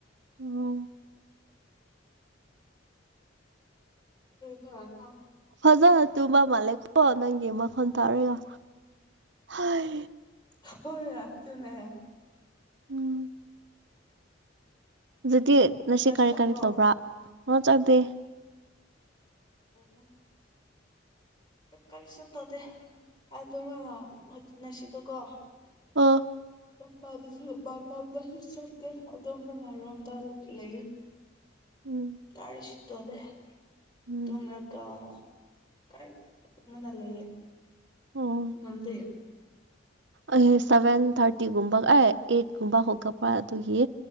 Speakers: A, on the right (about 65°); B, on the left (about 25°).
A: ꯎꯝ
B: ꯍꯇ
A: ꯍꯖ ꯇꯨꯝꯕꯥ ꯃꯥꯂꯦ ꯀꯣ ꯅꯪꯃ ꯐꯣꯟ ꯇꯥꯔꯒ ꯍꯥꯏ
B: ꯍ ꯌꯥꯠꯇꯨꯅ
A: ꯎꯝ ꯑꯗꯨꯗꯤ ꯅꯁꯤ
B: ꯆꯔꯆ
A: ꯀꯔꯤ
B: ꯆꯠꯄ꯭ꯔꯣ
A: ꯀꯔꯤ ꯇꯧꯕ꯭ꯔꯥ ꯑꯣ ꯆꯪꯗꯦ
B: ꯎꯨꯝ ꯀꯔꯤ ꯁꯠꯇꯣꯗꯦ ꯑꯗꯨꯒ ꯅꯁꯤꯗꯀꯣ
A: ꯑꯣ
B: ꯄꯥꯗꯁꯨ ꯄꯄꯥꯗꯁꯨ ꯆꯠꯇꯦ ꯑꯗꯨꯣꯝ ꯃꯅꯥꯔꯣꯝꯗ ꯂꯩ
A: ꯎꯝ
B: ꯀꯥꯔꯤꯁꯤꯠꯇꯅꯦ
A: ꯎꯝ
B: ꯇꯨꯂꯒ ꯀꯥꯏ ꯃꯅ ꯂꯩꯌꯦ
A: ꯑꯣ
B: ꯅꯪꯗꯤ
A: ꯑꯩ ꯁꯚꯦꯟ ꯊꯥꯔꯇꯤꯒꯨꯝꯕ ꯑꯦ ꯑꯩꯠꯀꯨꯝꯕ ꯍꯧꯒꯠꯄ ꯑꯗꯨꯒꯤ